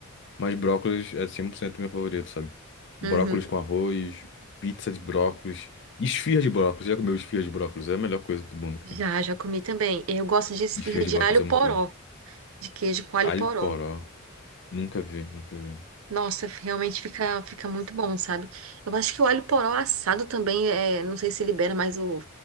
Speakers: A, on the left; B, on the right.
A: Mas brócolis é 100% meu favorito, sabe? Brócolis
B: Uhum.
A: com arroz, pizza de brócolis, esfirra de brócolis. Já comeu esfirra de brócolis? É a melhor coisa do mundo que
B: Já,
A: tem.
B: já comi também. Eu gosto de esfirra
A: Esfirra de
B: de
A: brócolis
B: alho
A: é muito
B: poró,
A: bom.
B: de queijo com alho
A: Alho
B: poró.
A: poró. Nunca vi, nunca vi.
B: Nossa, realmente fica, fica muito bom, sabe? Eu acho que o alho poró assado também, é, não sei se libera mais o,